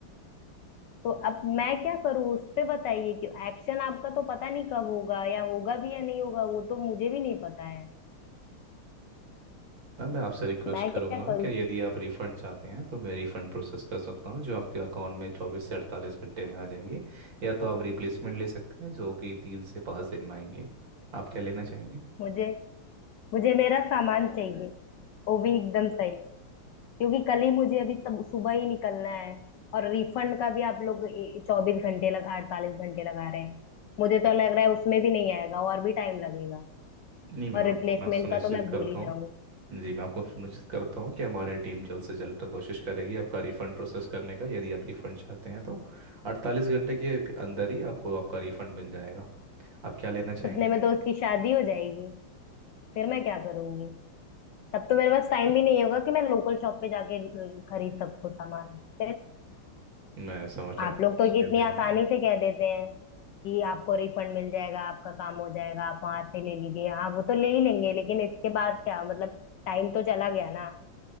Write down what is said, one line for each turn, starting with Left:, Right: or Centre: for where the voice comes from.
Left: तो अब मैं क्या करूँ उस पे बताइए कि एक्शन आपका तो पता नहीं कब होगा या होगा भी या नहीं होगा वो तो मुझे भी नहीं पता है
Right: मैम मैं आपसे रिक्वेस्ट
Left: मैं
Right: करूँगा
Left: क्या करूँ
Right: कि यदि आप रिफ़ंड चाहते हैं तो मैं रिफ़ंड प्रोसेस कर सकता हूँ जो आपके अकाउंट में चौबीस से अड़तालीस घंटे में आ जाएंगे या तो आप रिप्लेसमेंट ले सकते हैं जो कि तीन से पाँच दिन में आएंगे आप क्या लेना चाहेंगे
Left: मुझे मुझे मेरा सामान चाहिए वो भी एकदम सही क्योंकि कल ही मुझे अभी सब सुबह ही निकलना है और रिफंड का भी आप लोग चौबीस घंटे लगा अड़तालीस घंटे लगा रहे हैं मुझे तो लग रहा है उसमें भी नहीं आएगा और भी टाइम लगेगा
Right: नहीं मैम
Left: और
Right: आपको
Left: रिप्लेसमेंट
Right: मैं सुनिश्चित
Left: का तो मैं
Right: करता
Left: भूल ही
Right: हूँ
Left: जाऊं
Right: जी मैं आपको सुनिश्चित करता हूँ कि हमारी टीम जल्द से जल्द कोशिश करेगी आपका रिफंड प्रोसेस करने का यदि आप रिफंड चाहते हैं तो 48 घंटे के अभी- अंदर ही आपको आपका रिफंड मिल जाएगा आप क्या लेना चाहेंगे
Left: उतने में तो उसकी शादी हो जाएगी फिर मैं क्या करूंगी तब तो मेरे पास टाइम भी नहीं होगा कि मैं लोकल शॉप पे जाके अ, खरीद सकूं सामान फिर
Right: मैं समझ चाहता
Left: आप लोग
Right: हूँ उसके
Left: तो कितनी
Right: लिए
Left: आसानी
Right: मैम।
Left: से कह देते हैं कि आपको रिफंड मिल जाएगा आपका काम हो जाएगा आप वहां से ले लीजिए हाँ वो तो ले ही लेंगे लेकिन इसके बाद क्या मतलब टाइम तो चला गया ना